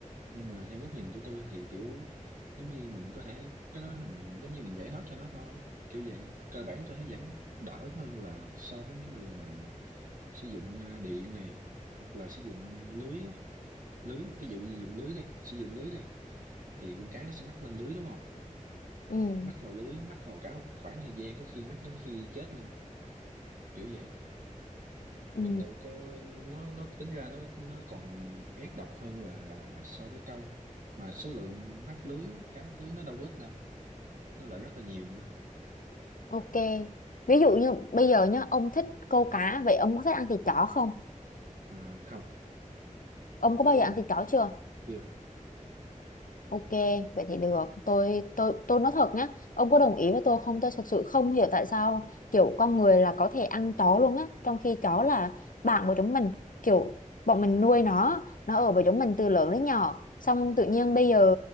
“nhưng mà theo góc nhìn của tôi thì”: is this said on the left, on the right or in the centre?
Right